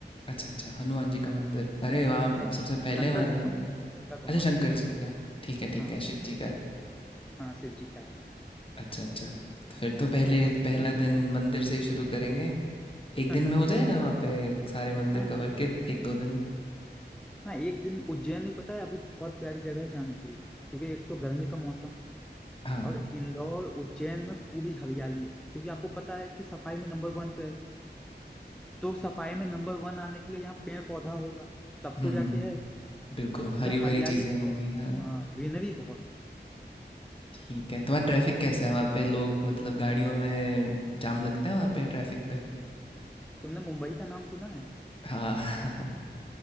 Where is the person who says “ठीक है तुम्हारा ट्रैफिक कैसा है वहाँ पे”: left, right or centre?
Left